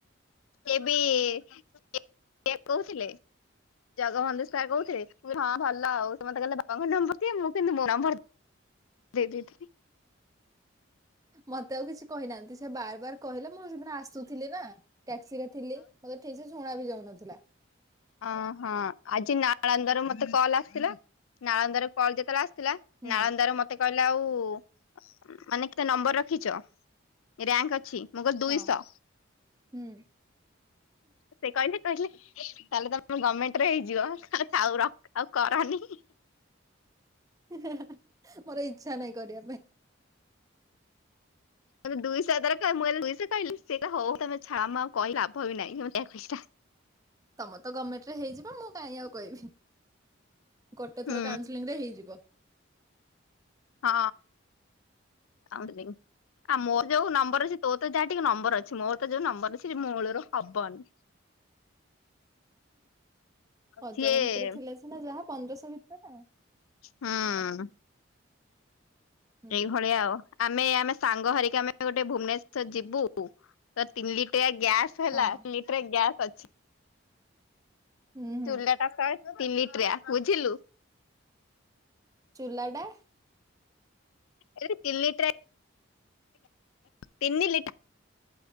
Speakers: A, on the left; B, on the right.
A: କେ ବି <unintelligible> କହୁଥିଲେ ଜଗବନ୍ଧୁ ଶାର୍ କହୁଥିଲେ ହଁ ଭଲ ଆଉ ସେ ମତେ କହିଲେ ବାବାଙ୍କ ନମ୍ବର ଦିଅ, ମୁଁ କିନ୍ତୁ ମୋ ନମ୍ବର ଦେଇଦେଲି। ଦେଇଦେଇଥିଲି।
B: ମତେ ଆଉ କିଛି କହିନାହାନ୍ତି ସେ ବାର ବାର କହିଲେ ମୁଁ ସେଦିନ ଆସୁଥିଲି ନା ଟ୍ୟାକ୍ସି ରେ ଥିଲି। ମତେ ଠିକ ସେ ଶୁଣା ବି ଯାଉନଥିଲା।
A: ଓହଁ ଆଜି ନାଳନ୍ଦର ମତେ କଲ୍ ଆସିଥିଲା ନାଳନ୍ଦର କଲ୍ ଯେତେବେଳେ ଆସି ଥିଲା
B: ହୁଁ
A: ନାଳନ୍ଦାର ମତେ ମତେ କହିଲା ଆଉ ମାନେ କେତେ ନମ୍ବର ରଖିଛ ରେଙ୍କ ଅଛି? ମୁଗ ଦୁଇଶହ
B: ହଁ ହୁଁ।
A: ସେ କହିଲେ ତାହେଲେ ତମର ଗମେଣ୍ଟ ରେ ହେଇଯିବ ଥାଉ ରଖ ଆଉ କରନି।
B: ହ ହ ମୋର ଇଛା ନାହିଁ କରିବା ପାଇଁ।
A: ମେ ଦୁଇଶହ ଦରକ ମୁଁ ହେଲେ ଦୁଇହ କହିଲି ସେଇଟ ହଉ ତମେ ଛା ମା କହିଲ ଲଭ ବି ନହିଁ ମା <unintelligible>
B: ତମେ ତ ଗମେଣ୍ଟ ରେ ହେଇଯିବ, ମୁଁ କାହିଁ ଆଉ କହିବି ଗୋଟେ
A: ହୁଁ
B: ଥର କାଉନସେଲିଂ ରେ ହେଇଯିବ।
A: ହଁ ଆଉ ମୋର ଯୋଉ ନମ୍ବର ଅଛି। ତୋ ତ ଯାହା ଟିକେ ନମ୍ବର ଅଛି ମୋର ତ ଯୋଉ ନମ୍ବର ଅଛି ମୂଳରୁ ହବନି।
B: ହଜାର
A: ସିଏ
B: ଭିତରେ ଥିଲା ସିନା ଯାହା ପନ୍ଦରଶହ ଭିତରେ।
A: ହଁ।
B: ହୁଁ
A: ସେଇ ଭଳିଆ ଆଉ। ଆମେ ଆମେ ସାଙ୍ଗ ହରିକା ଆମେ ଗୋଟେ ଭୁବନେଶ୍ଵର ଯିବୁ ତ ତିନି ଲିଟିରିଆ ଗ୍ୟାସ୍। ହେଲା
B: ହଁ
A: ଲିଟରେ ଗ୍ୟାସ୍ ଅଛି
B: ହୁଁ ହୁଁ
A: ଚୁଲା। ତିନି ଲିଟ୍ରିଆ ବୁଝିଲୁ।
B: ଚୁଲାଟା।
A: ଯଦି ତିନି ଲିଟିରିଆ। ତିନି ଲି